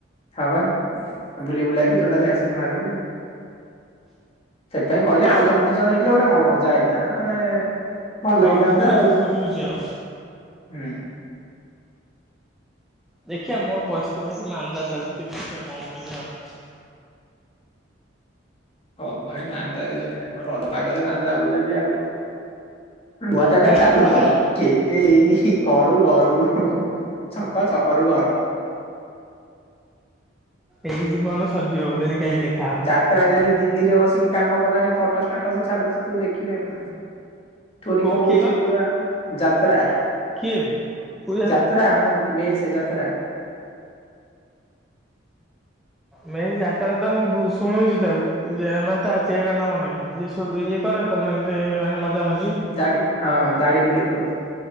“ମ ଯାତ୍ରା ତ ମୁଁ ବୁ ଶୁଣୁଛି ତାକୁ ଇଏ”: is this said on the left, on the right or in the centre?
Centre